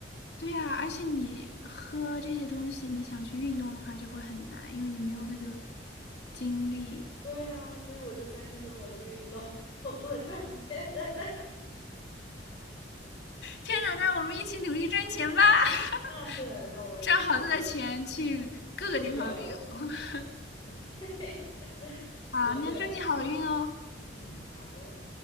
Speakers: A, on the left; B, on the left.
A: 对呀，而且你喝这些东西，你想去运动的话就会很难，因为你没有那个精力。
B: <laughs> 对呀，所以我这三天都没有去运动，<laughs> 都在赚钱。<laughs>
A: 天呐，那我们一起努力赚钱吧，<laughs>
B: 那对，那我们一起去
A: 赚好多的钱去各个地方旅游。
B: 旅游。
A: <laughs>
B: <laughs> 你说的对，
A: 好，那祝你好运哦。
B: 嗯，好的。